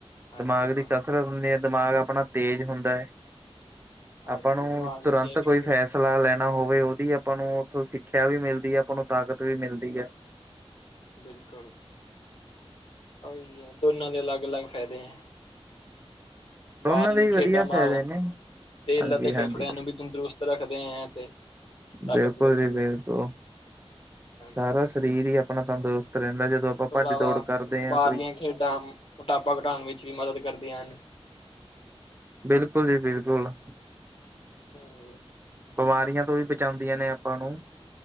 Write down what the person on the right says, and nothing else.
ਦਮਾਗ
ਦੀ ਕਸਰ ਹੁਨੇ ਆਂ, ਦਮਾਗ ਆਪਨਾ ਤੇਜ ਹੁੰਦੈ।
ਆਪਾਂ ਨੂੰ,
ਤੁਰੰਤ
ਕੋਈ ਫੈੰਸਲਾ
ਲੈਨਾ ਹੋਵੇ ਓਦੀ ਆਪਾਂ ਨੂੰ ਓਥੋਂ ਸਿੱਖੇਆ ਵੀ ਮਿਲਦੀ ਐ, ਆਪਾਂ ਨੂੰ ਤਾਕਤ ਵੀ ਮਿਲਦੀ ਐ।
ਦੋਨਾਂ ਦੇ ਹੀ ਵਧੀਆ
ਫਾਇਦੇ ਨੇ
ਹਾਂਜੀ
ਹਾਂਜੀ
ਬਿਲਕੁਲ
ਜੀ ਬਿਲਕੁ
ਸਾਰਾ ਸਰੀਰ ਈ ਆਪਨਾ ਤੰਦਰੁਸਤ ਰੈੰਦਾ ਜਦੋਂ ਆਪਾਂ
ਭੱਜ-ਦੌੜ
ਕਰਦੇ ਆਂ
ਕੋਈ।
ਬਿਲਕੁਲ ਜੀ ਬਿਲਕੁਲ।
ਬਮਾਰੀਆਂ ਤੋਂ ਵੀ ਬਚਾਂਦੀਆਂ ਨੇ ਆਪਾਂ ਨੂੰ।